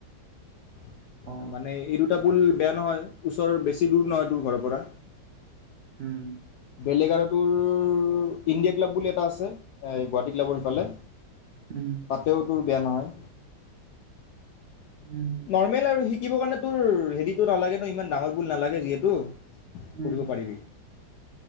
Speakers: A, on the left; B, on the right.
A: <inaudible>
B: অ',
A: মানে এইটো কেবোল বেয়া নহয়, ওচৰৰ বেছি দূৰ নহয় তোৰ ঘৰৰ পৰা।
B: উম।
A: বেলেগ আৰু তোৰ ইণ্ডিয়া ক্লাব বুলি এটা আছে, এই গুৱাহাটী ক্লাবৰ সিফালে।
B: উম।
A: তাতেও তোৰ বেয়া নহয়।
B: উম।
A: নৰ্মেল আৰু সি সিকিব কাৰণে তোৰ হেৰিতো নালাগে ন ইমান ডাঙৰ বুল নালাগে যিহেতু
B: উম,
A: কৰিব পাৰিবি।